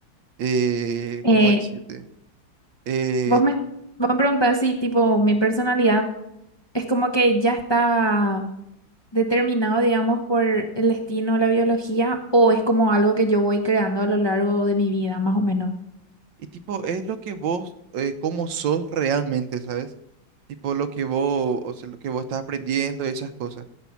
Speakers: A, on the right; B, on the left.
A: Eh,
B: Eh,
A: ¿cómo decirte? Eh,
B: vos me, vos me preguntás si, tipo, mi personalidad es como que ya está determinado, digamos, por el destino, la biología, o es como algo que yo voy creando a lo largo de mi vida, más o menos.
A: y tipo, es lo que vos, eh, cómo sos realmente, ¿sabes? Tipo lo que vos, o sea, lo que vos estás aprendiendo, y esas cosas.